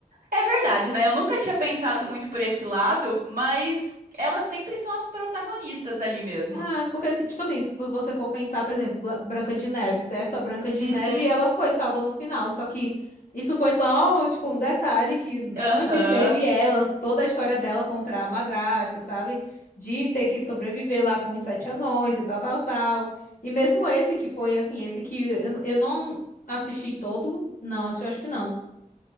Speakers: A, on the right; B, on the left.
A: É verdade, né? Eu nunca tinha pensado muito por esse lado, mas elas sempre são as protagonistas ali mesmo.
B: Ah, porque, se- tipo assim, se você for pensar, por exemplo, Bla- Branca de Neve, certo? A Branca de
A: Uhum,
B: Neve, ela foi salva no final, só que isso foi só, tipo, um detalhe que
A: aham.
B: antes teve ela, toda a história dela contra a madrasta, sabe? De ter que sobreviver lá com os sete anões e tal, tal, tal. E mesmo esse que foi, assim, esse que eu, eu não assisti todo, não, acho, acho que não